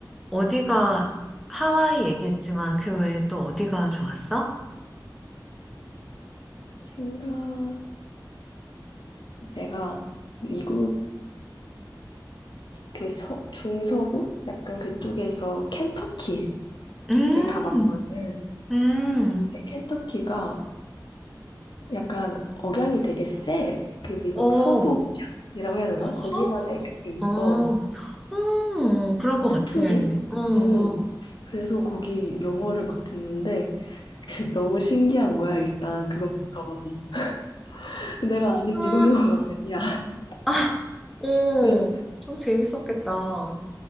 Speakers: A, in the centre; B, on the left (about 85°).
A: 어디가, 하와이 얘기했지만 그 외에 또 어디가 좋았어?
B: 생각, 내가 미국을 그 서, 중서부? 약간 그쪽에서 켄터키를
A: 음,
B: 가봤거든.
A: 음,
B: 근데 켄터키가 약간 억양이 되게 세. 그 미국
A: 어,
B: 서부 억양이라고 해야 되나?
A: 아,
B: 거기만의
A: 섬?
B: 그게 있어.
A: 어, 음, 그럴 것
B: 사투리?
A: 같아. 어 어.
B: 음, 그래서 거기 영어를 막 듣는데 <laughs> 너무 신기한 거야, 일단 그것부터가. <laughs> 내가 아는
A: 아,
B: 미국 영화가 아니야. <laughs>
A: 아, 오,
B: 그래서
A: 좀 재밌었겠다.